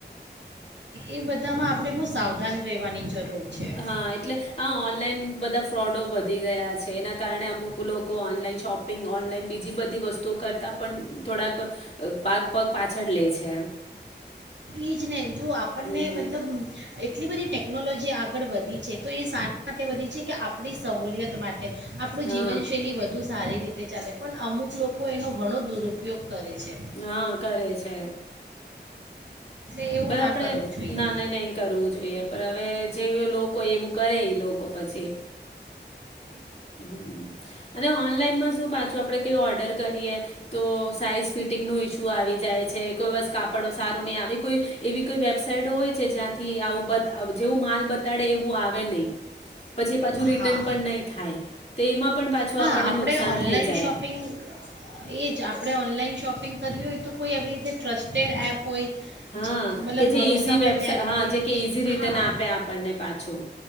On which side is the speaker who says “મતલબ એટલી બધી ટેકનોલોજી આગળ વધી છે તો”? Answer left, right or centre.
Right